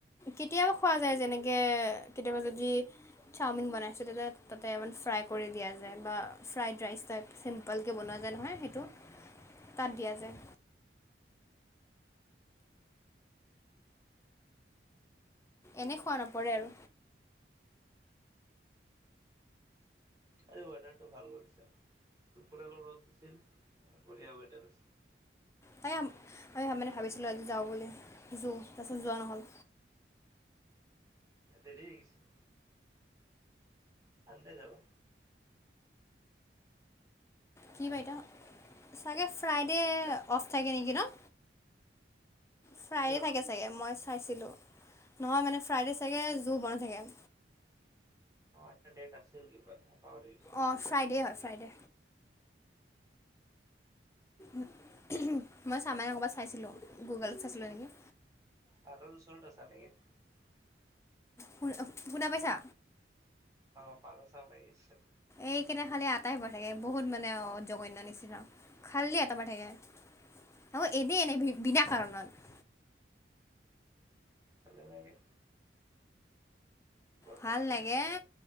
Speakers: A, on the left (about 15°); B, on the right (about 20°).
A: কেতিয়াবা খোৱা যায় যেনেকে কেতিয়াবা যদি চাওমিন বনাইছোঁ তেতিয়া তাতে অকমান ফ্ৰাই কৰি দিয়া যায় বা ফ্ৰাইড ৰাইচ টাইপ চিম্পালকে বনোৱা যায় নহয় সেইটো তাত দিয়া যায়। এনেই খোৱা নপৰে আৰু।
B: আজি ৱেডাৰটো ভাল কৰিছে দুপৰিয়া ৰ'দ দিছিল বঢ়িয়া ৱেডাৰ
A: তাই আমি মানে ভাবিছিলোঁ আজি যাওঁ বুলি যো তাৰপিছত যোৱা নহ'ল
B: দেৰি হৈ গৈছে ভাল কে যাবা
A: কি বাইদেউ চাগে ফ্ৰাইডে'
B: আচ্ছা
A: অফ থাকে নেকি ন ফ্ৰাইডে
B: কিয় ৰ
A: থাকে চাগে মই চাইছিলোঁ নহয় মানে ফ্ৰাইডে চাগে জোৰ বনাই থাকে
B: অ এটা ডেট আছিল কিবা মই পাহৰিছোঁ
A: অঁ ফ্ৰাইডে হয় ফ্ৰাইডে মই চা মানে ক'ৰবাত চাইছিলোঁ গুগলত চাচ মাৰি কেনি
B: ভাদৰৰ ওচৰৰত আছা নেকি
A: শুন শুনা পাইছা
B: অ' পাৰ চৰাই মাৰি আছে
A: এইকেইটা খালে আটাই কৈ থাকে বহুত মানে জঘন্য নিচিনা খালিয়ে আতা পাৰি থাকে ত এনেই এনেই বিনা কাৰণত
B: ভালেই লাগে ঘৰটো
A: ভাল
B: খালী
A: লাগে
B: খালী নহয়